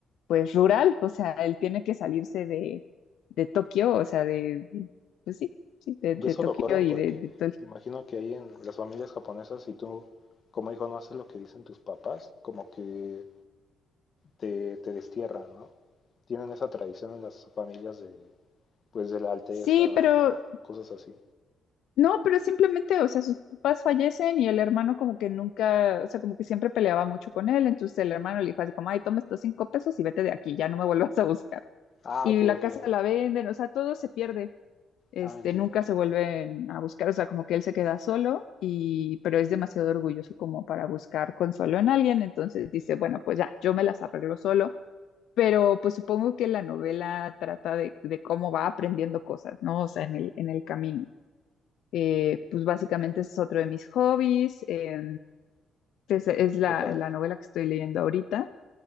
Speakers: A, on the left; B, on the left.
A: pues rural, o sea, él tiene que salirse de, de Tokio, o sea, de, de- pues sí, sí, de, de
B: Y eso
A: Tokio
B: lo corren
A: y
B: porque
A: de, de todo el-
B: imagino que ahí en las familias japonesas, si tú como hijo no haces lo que dicen tus papás, como que te, te destierran, ¿no? Tienen esa tradición en las familias de, pues, de la alteza
A: Sí, pero
B: o cosas así.
A: No, pero simplemente, o sea, sus papás fallecen y el hermano como que nunca, o sea, como que siempre peleaba mucho con él, entonces el hermano le dijo así como, ay, toma estos cinco pesos y vete de aquí, ya no me vuelvas a buscar.
B: Ah,
A: Y
B: ok,
A: la
B: ok.
A: casa la venden, o sea, todo se pierde, este,
B: Ah, entiendo.
A: nunca se vuelven a buscar, o sea, como que él se queda solo y, pero es demasiado orgulloso como para buscar consuelo en alguien, entonces dice, bueno, pues ya, yo me las arreglo solo. Pero pues supongo que la novela trata de, de cómo va aprendiendo cosas, ¿no? O sea, en el, en el camino. Eh, pues básicamente ese es otro de mis hobbies. eh, es, es la,
B: Qué padre.
A: la novela que estoy leyendo ahorita.